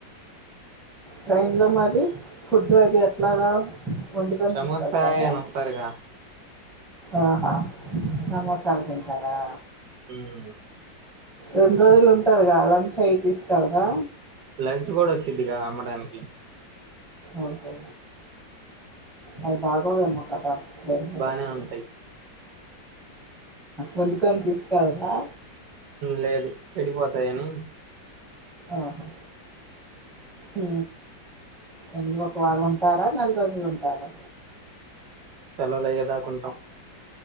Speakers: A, in the centre; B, on the right.
A: ట్రైన్లో మరి ఫుడ్ అది ఎట్లాగా వండుకని
B: సమోసా
A: తీసుక వెళ్తారా
B: అని వస్తారుగా
A: ఆహా సమోసాలు తింటారా
B: హు
A: రెండు రోజులు ఉంటారుగా లంచ్ అయి తీసుకెల్రా
B: లంచ్ కూడా వచ్చిద్దిగా అమ్మడానికి
A: ఓకే అవి బాగోవేమో కదా ట్రైన్లో
B: బానే
A: వచ్చే
B: ఉంటాయి
A: వండుకని తీసుకెలరా
B: లేదు చెడిపోతాయని
A: ఆహో ఉ ఎందు ఒకవారం ఉంటారా నెల రోజులు ఉంటారా
B: సెలవులయ్యేదాకుంటామ్